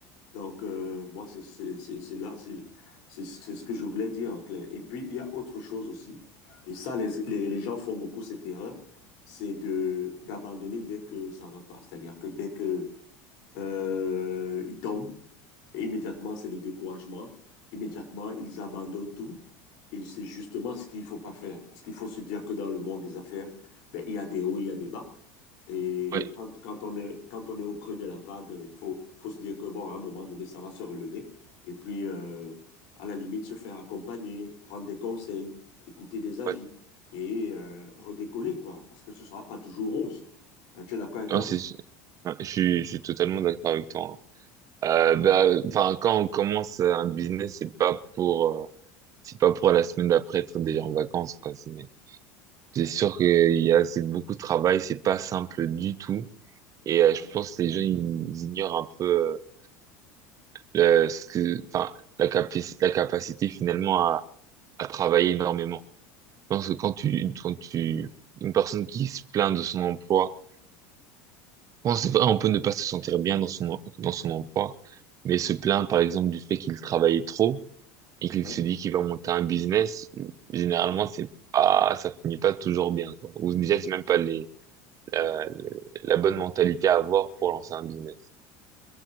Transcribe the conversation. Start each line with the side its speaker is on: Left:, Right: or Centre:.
Left: Donc, euh, moi, c'est c'est- c'est- c'est là, c'est c'est ce c'est ce que je voulais dire en clair. Et puis, il y a autre chose aussi, et ça, les, les, les gens font beaucoup cette erreur, c'est de d'abandonner dès que ça va pas. C'est-à-dire que dès que euh, ils tombent, et immédiatement, c'est le découragement. Immédiatement, ils abandonnent tout. Et c'est justement ce qu'il ne faut pas faire. Parce qu'il faut se dire que dans le monde des affaires, ben, il y a des hauts, il y a des bas. Et
Right: Oui,
Left: quand, quand on est, quand on est au creux de la vague, il faut, faut se dire que, bon, à un moment donné, ça va se relever. Et puis, euh, à la limite, se faire accompagner, prendre des conseils, écouter des avis
Right: ouais.
Left: et euh, redécoller, quoi. Parce que ce ne sera pas toujours rose. Euh, tu es d'accord avec moi?
Right: Non, c'est, ouais, je suis, je suis totalement d'accord avec toi. hein. Euh, bah, enfin, quand on commence un business, c'est pas pour, euh, c'est pas pour la semaine d'après être déjà en vacances, quoi. C'est, c'est sûr qu'il y a, c'est beaucoup de travail, c'est pas simple du tout. Et euh,
Left: Ouais.
Right: je pense que les gens, ils, ils ignorent un peu, euh, le, ce que- enfin, la capaci- la capacité finalement à, à travailler énormément. Je pense que quand tu, quand tu, une personne qui se plaint de son emploi, bon, c'est vrai, on peut ne pas se sentir bien dans son, dans son emploi, mais se plaint par exemple du fait qu'il travaille trop et qu'il
Left: Ouais.
Right: se dit qu'il va monter un business, généralement, c'est pas, ça finit pas toujours bien, quoi. Ou déjà, c'est même pas les, la, la bonne mentalité à avoir pour lancer un business.